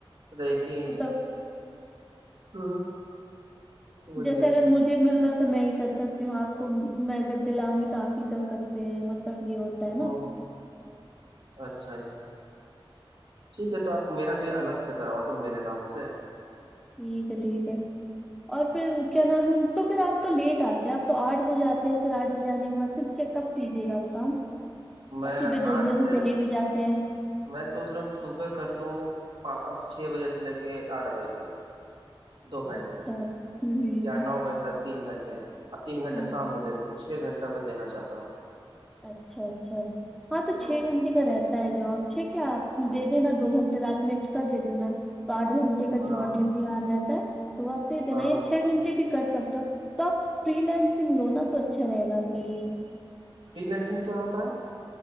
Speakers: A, on the right; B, in the centre.
A: دیکھیے
B: مطلب
A: ہاں سمجھ
B: جیسے
A: گیا
B: اگر مجھے مل رہا ہے تو میں ہی کرسک سکتی ہوں آپ کو میں گھر پے لا ؤ نگی تو آپ ہی کر سکتے ہیں مطلب یہ ہوتا ہے نا
A: ہ اچھا جی ٹھیک ہے تو آپ میرا بھی الگ سے کروا دو میرے نام سے
B: ٹھیک ہے ٹھیک ہے اور پھر کیا نام ہے تو پھر آپ تو لیٹ آتے ہیں آپ تو آٹھ بجے آتے ہیں پھر آٹھ بجے آنے کے بعد پھر چیک اپ کیجیے گا آپ کام
A: میں
B: اور صبح دس
A: آٹھ
B: بجے
A: سے
B: چلے بھی جاتے ہیں
A: میں سوچ رہا ہوں صبح کر لوں چھ بجے سے لے کے آٹھ بجے تک دو گھنٹے
B: اچھا ہوں ہوں
A: یا نو بجے تک تین گھنٹے اور تین گھنٹے
B: ہاں
A: شام میں دے چھ گھنٹہ میں دینا چاہتا ہوں
B: اچھا اچھا ہاں تو
A: ہ
B: چھ گھنٹے کا رہتا ہے جو آپ ٹھیک ہے آپ
A: ہ
B: دے دینا دو گھنٹے رات میں ایکسٹرا دے دینا تو آٹھ گھنٹے کا
A: ہاں
B: جو ڈی تیوار رہتا ہے تو آپ د دین
A: ہاں
B: یا چھ گھنٹے بھی کر سکتے ہو تو آپ فری لینسنگ لوناا تو اچھا رہے گا آپ کے لیے
A: فری لینسنگ کیا ہوتا ہے